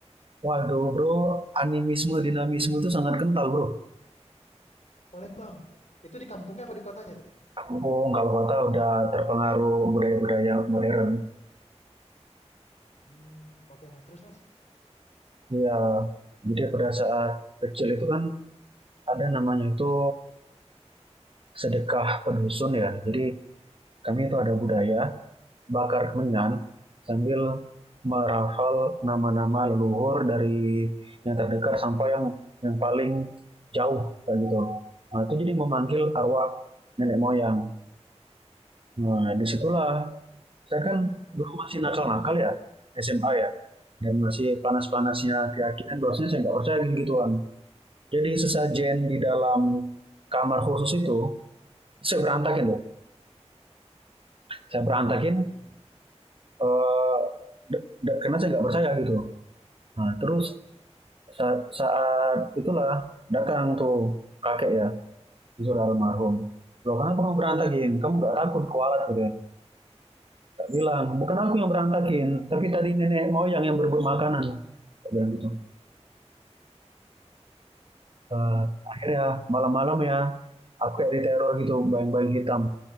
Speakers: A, on the right; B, on the left.
A: Waduh bro, animisme dinamisme itu sangat kental bro.
B: Palembang itu di kampungnya apa di kotanya tuh?
A: Kampung kalau kata udah terpengaruh budaya-budaya modern.
B: Hmm, oke mas terus mas.
A: ya Jadi pada saat kecil itu kan ada namanya itu sedekah pedusun ya. Jadi kami itu ada budaya bakar kemenyan sambil merafal nama-nama leluhur dari yang terdekat sampai yang yang paling jauh kayak gitu. Nah itu jadi memanggil arwah nenek moyang. Nah disitulah saya kan
B: Oh,
A: dulu masih nakal-nakal ya SMA ya dan masih panas-panasnya
B: mm-mm,
A: keyakinan bahwasanya saya nggak percaya gitu-gituan. Jadi sesajen di dalam kamar khusus itu saya berantakin loh. Saya berantakin
B: mm-mm.
A: eh, d- d- karena saya nggak percaya gitu. Nah, terus saat, saat itulah datang tuh kakek ya Zura almarhum Loh kenapa kamu berantakin? Kamu gak takut kualat gitu ya? Tak bilang, bukan aku yang berantakin Tapi tadi nenek moyang yang berebut makanan Tak bilang gitu
B: Tapi
A: Eh, Akhirnya malam-malam ya Aku kayak diteror gitu, bayang-bayang hitam